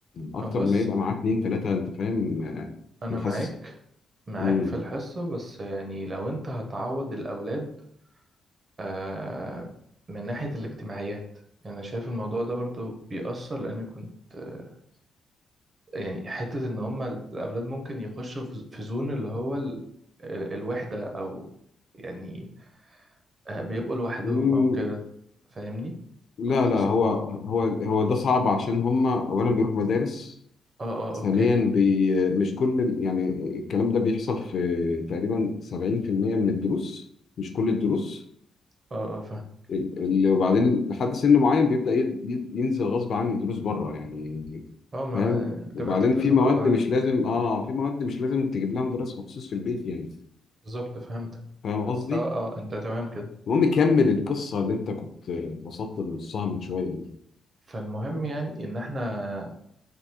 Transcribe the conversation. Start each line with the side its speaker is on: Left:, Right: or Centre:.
Left: اكتر
Right: هبص
Left: ما يبقى معاه اتنين تلاته انت فاهم آه،
Right: انا
Left: في الحصه
Right: معاك معاك
Left: امم
Right: في الحصة بس يعني لو انت هتعوض الاولاد آه من ناحية الاجتماعيات يعني انا شايف الموضوع ده برضو بيأثر لان كنت آه، يعني حتة ان هما الاولاد ممكن يخشوا في في زون اللي هو ال- ال- الوحدة او يعني آه، بيبقوا لوحدهم
Left: أمم،
Right: او كده فاهمني
Left: لا
Right: خصوصا
Left: لا هو هو هو ده صعب عشان هم اولا بيروحوا مدارس
Right: اه اه
Left: ثانيا
Right: اوكي
Left: بي مش كل ال- يعني الكلام ده بيحصل في تقريبا 70% من الدروس مش كل الدروس
Right: اه اه فاهم
Left: ال- ال- وبعدين لحد سن معين بيبدأ يد- يد- ينزل غصب عني دروس بره يعني
Right: اه ما
Left: فاهم
Right: بتبقى
Left: وبعدين
Right: التكلفة
Left: في مواد
Right: برضه عالية
Left: مش لازم اه في مواد مش لازم تجيب لها مدرس مخصوص في البيت يعني
Right: بالظبط فهمتك
Left: فاهم قصدي؟
Right: اه اه انت تمام كده
Left: المهم كمل القصة اللي انت كنت وصلت لنصها من شوية دي
Right: فالمهم يعني ان احنا